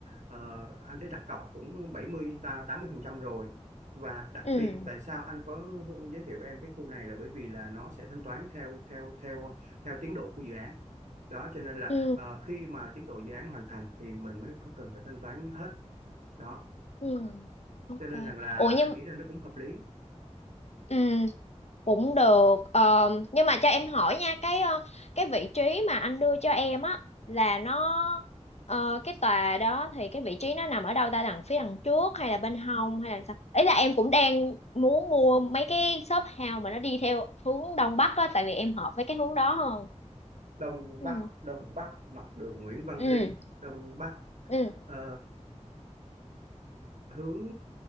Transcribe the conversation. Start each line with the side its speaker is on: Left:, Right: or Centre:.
Right: ờ, anh thấy đặt cọc cũng 70 ta 80 phần trăm rồi và đặc
Left: ừ
Right: biệt tại sao anh có giới thiệu em cái khu này là bởi vì là nó sẽ thanh toán theo theo theo theo tiến độ của dự án đó cho nên là
Left: ừ
Right: ờ, khi mà tiến độ dự án hoàn thành thì mình mới cần phải thanh toán hết đó
Left: ừ ok
Right: cho nên rằng là
Left: ủa nhưng
Right: anh nghĩ là nó cũng hợp lý
Left: ừ cũng được Ờ, nhưng mà cho em hỏi nha cái ờ, cái vị trí mà anh đưa cho em á là nó ờ, cái tòa đó thì cái vị trí nó nằm ở đâu ta đằng phía đằng trước hay là bên hông hay là sao ý là em cũng đang muốn mua mấy cái shop house mà nó đi theo hướng đông bắc á tại vì em hợp với cái hướng đó hơn
Right: Đông
Left: ừ
Right: Bắc Đông Bắc mặt đường Nguyễn Văn
Left: ừ
Right: Linh Đông Bắc
Left: ừ
Right: ờ, hướng